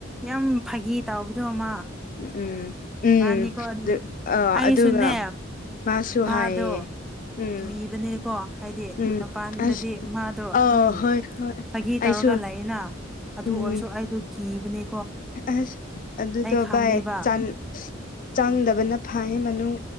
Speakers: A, in the centre; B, on the left.
A: ꯌꯥꯝ ꯐꯥꯒꯤ ꯇꯥꯎꯕꯗꯣ ꯃꯥ
B: ꯎꯝ ꯎꯝ
A: ꯃꯥꯅꯤꯀꯣ ꯑꯗꯨꯝ
B: ꯑꯗꯨ ꯑ
A: ꯑꯩꯁꯨꯅꯦ
B: ꯑꯗꯨꯒ ꯃꯥꯁꯨ
A: ꯃꯥꯗꯣ
B: ꯍꯥꯏꯌꯦ ꯎꯝ
A: ꯀꯤꯕꯅꯦꯀꯣ ꯍꯥꯏꯗꯤ
B: ꯎꯝ
A: ꯃꯄꯥꯟꯗꯗꯤ
B: ꯑꯁ
A: ꯃꯥꯗꯣ
B: ꯑꯥ
A: ꯑꯗꯨꯝ
B: ꯍꯣꯏ ꯍꯣꯏ
A: ꯐꯥꯒꯤ
B: ꯑꯩꯁꯨ
A: ꯇꯧꯔꯒ ꯂꯩꯅ ꯑꯗꯨ
B: ꯎꯝ
A: ꯑꯣꯏꯔꯁꯨ ꯑꯩꯗꯣ ꯀꯤꯕꯅꯦ
B: ꯑꯁ ꯑꯗꯨꯗꯣ
A: ꯈꯪꯉꯦꯕ
B: ꯚꯥꯏ ꯆꯟ ꯆꯪꯗꯕꯅ ꯐꯌꯦ ꯃꯅꯨꯡ